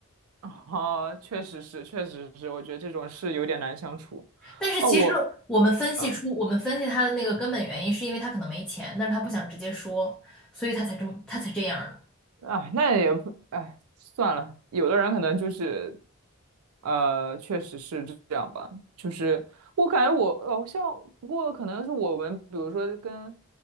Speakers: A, on the right; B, in the centre.
A: 哦，确实是，确实是，我觉得这种事有点难相处。
B: 但是其实我们分析出，
A: 哦，我，嗯、
B: 我们分析他的那个根本原因，是因为他可能没钱，但是他不想直接说，所以他才这么，他才这样的。
A: 哎，那也不，哎，算了。有的人可能就是，呃，确实是这这样吧。就是我感觉我，哦，像不过可能是我们，比如说跟，